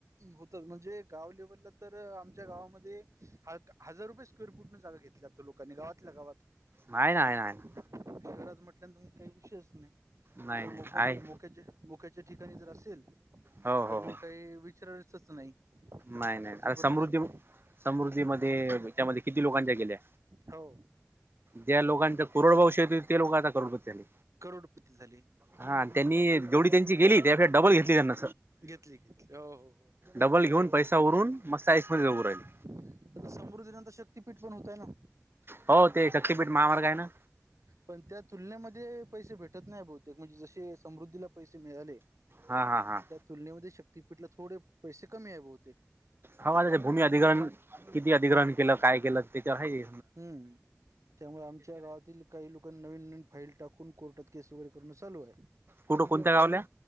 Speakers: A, on the right; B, on the right.
A: होतच म्हणजे गाव लेव्हलला तर आमच्या गावामध्ये म्हणजे हजार रुपये स्क्वेअर फुट न जागा घेतली लोकांनी गावातल्या गावात
B: हाय ना, हाय ना, हाय ना
A: शहरात म्हटल्या तुम काही विषयच नाही
B: नाही
A: ते जर
B: नाही
A: मोकाचे
B: आहे
A: मोक्याचे मोक्याच्या ठिकाणी जर असेल
B: हो
A: तर
B: हो
A: मग
B: हो
A: काही विचरायचंच नाही
B: नाही, नाही आता
A: जबरदस्त
B: समृद्धी,
A: आहे
B: समृद्धी मध्ये त्याच्यामध्ये किती लोकांच्या गेल्या
A: हो
B: ज्या लोकांचा करोड भावष हो ते लोक आता करोडपती झाले
A: करोडपती झाली
B: हा त्यांनी जेवढी त्यांची गेली त्याशेय डबल घेतली त्यांन
A: घेतली, घेतली हो, हो हो.
B: डबल घेऊन पैसा उरून मस्त आईस मध्ये जऊ राहीले
A: आता समृद्धीनंतर शक्तीपीठ पण होतय ना
B: हो ते शक्तीपीठ महामार्ग आहे ना
A: पण त्या तुलनेमध्ये पैसे भेटत नाही बहुतेक म्हणजे जसे समृद्धीला पैसे मिळाले
B: हा, हा, हा
A: त्या तुलनेमध्ये शक्तीपीठल थोडे पैसे कमी आहे बहुत
B: हवा भूमी अधिग्रहण किती अधिग्रहण केलं काय केलं त्याच्यावर हाय
A: हम्म त्यामुळे आमच्या गावातील काही लोकांना नवीन, नवीन फाईल टाकून कोर्टात केस वगैरे करणं चालू आहे
B: कुठं कोणत्या गावल्या